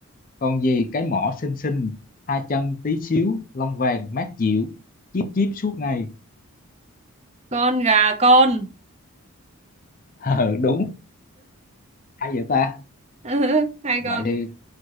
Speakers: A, on the left (about 35°); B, on the right (about 30°).
A: Con gì cái mỏ xinh xinh, hai chân tí xíu, lông vàng mát dịu, chíp chíp suốt ngày. <laughs>
B: con gà con.
A: Ờ, đúng, hay vậy ta?
B: <laughs> Hay
A: Vậy
B: không?
A: thì